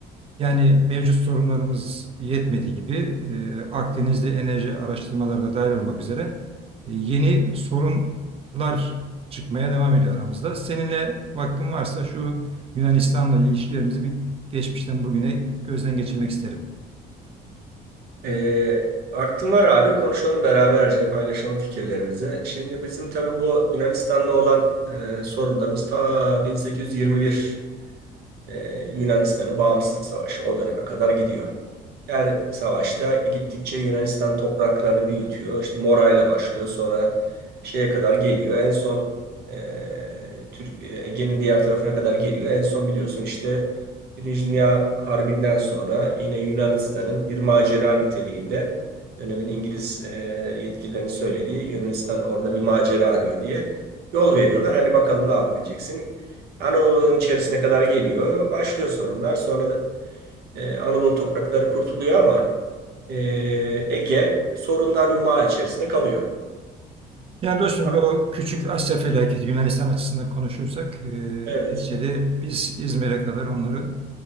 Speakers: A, on the right (about 35°); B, on the right (about 70°).
A: Yani mevcut sorunlarımız yetmediği gibi e, Akdeniz'de enerji araştırmaları da dahil olmak üzere e, yeni sorunlar çıkmaya devam ediyor aramızda. Seninle vaktin varsa şu Yunanistan'la ilişkilerimizi bir geçmişten bugüne gözden geçirmek isterim.
B: Ee, vaktim var abi. Konuşalım beraberce, paylaşalım fikirlerimizi. Şimdi bizim tabii bu Yunanistan'da olan e, sorunlarımız ta 1821 ee, Yunanistan'ın bağımsızlık savaşı o döneme kadar gidiyor. Her savaşta gittikçe Yunanistan topraklarını büyütüyor. İşte Morayla başlıyor sonra şeye kadar geliyor. En son e, Türk, e, Ege'nin diğer tarafına kadar geliyor. En son biliyorsun işte Birinci Dünya Harbi'nden sonra yine Yunanistan'ın bir macera niteliğinde dönemin İngiliz e, yetkililerinin söylediği Yunanistan orada bir macera arıyor diye yol veriyorlar. Hani bakalım ne yapabileceksin? Anadolu'nun içerisine kadar geliyor. Başlıyor sorunlar. Sonra da, e, Anadolu toprakları kurtuluyor ama e, Ege sorunlar yumağı içerisinde kalıyor.
A: Yani dostum
B: Ha,
A: o küçük Asya felaketi Yunanistan açısından konuşursak e,
B: evet,
A: neticede biz İzmir'e kadar onları